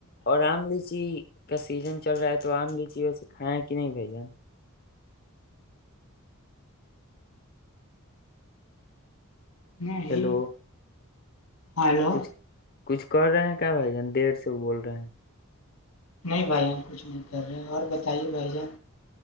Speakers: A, on the left; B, on the left.
A: اور آم لیچی کا سیزن چل رہا ہے تو آم لیجیے ویسے کھیں کہ نہیں بھ جان
B: نہیں
A: ہیلو
B: ہاں ہیلو
A: کچھ کچھ کر رہے ہیں کیا بھائی جان دیر سے بول رہے ہیں
B: نہیں بھائی ہم کچھ نہیں کر رہے اور بتائیے بھائی جان